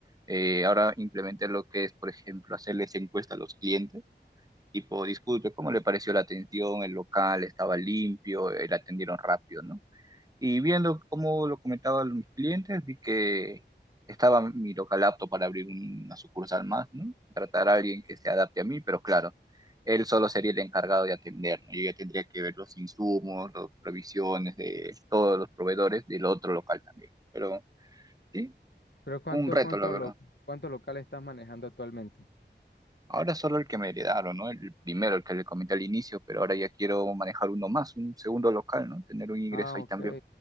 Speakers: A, on the right (about 20°); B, on the left (about 65°).
A: Eh, ahora implementé lo que es, por ejemplo, hacerles encuesta a los clientes, tipo, disculpe, ¿cómo le pareció la atención? El local estaba limpio, Eh, le atendieron rápido, ¿no? Y viendo cómo lo comentaban mis clientes, vi que estaba mi local apto para abrir una sucursal más, ¿no? Tratar a alguien que se adapte a mí, pero claro, él solo sería el encargado de atender, ¿no? Yo ya tendría que ver los insumos, las provisiones de todos los proveedores del otro local también. Pero sí,
B: Pero ¿cuánto,
A: fue un reto,
B: cuánto,
A: la verdad.
B: lo, cuánto local estás manejando actualmente?
A: Ahora solo el que me heredaron, ¿no? El primero, el que le comenté al inicio, pero ahora ya quiero manejar uno más, un segundo local, ¿no? Tener un ingreso
B: Ah,
A: ahí
B: ok.
A: también.